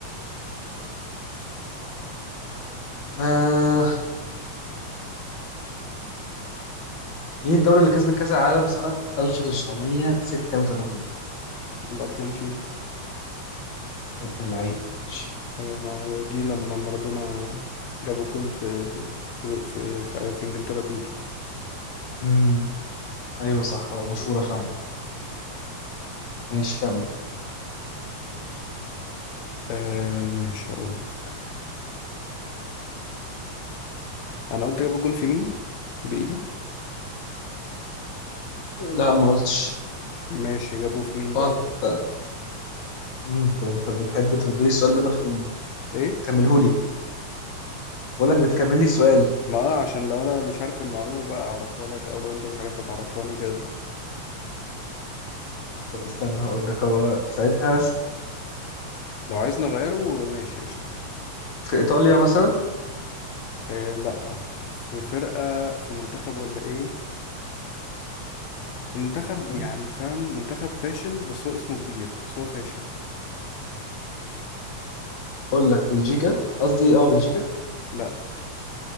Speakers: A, on the left; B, on the left.
A: آه مين الدولة اللي كسبت كأس العالم سنة 1986
B: الارجنتين
A: يا ابن اللعيبة ماشي.
B: ايوه ما دي لما مارادونا جاب الجون في في في, في, في انجلترا بايده
A: امم ايوه صح هو مشهورة
B: مم.
A: فعلا ماشي كمل
B: آه مش هقول لك انا قلت جاب الجون في مين بايده
A: لا ما قلتش
B: ماشي جابوه في مين بقى
A: اه انت مم، انت انت بتحب ترد لي السؤال بنفقني
B: ايه
A: تكملهولي بقول لك بتكمل لي السؤال
B: ما اه عشان لو انا مش عارف المعلومة بقى اعرفها لك او لو انت مش عارفها تعرفهاني كده
A: طب استنى هقول لك هو ساعتها
B: لو عايز نغيره ماشي قشطة
A: في ايطاليا مثلا
B: إيه لا في فرقة في منتخب ولا ايه في منتخب
A: مم.
B: يعني فاهم منتخب فاشل بس هو اسمه كبير بس هو فاشل
A: اقول لك بلجيكا قصدي اه بلجيكا
B: لا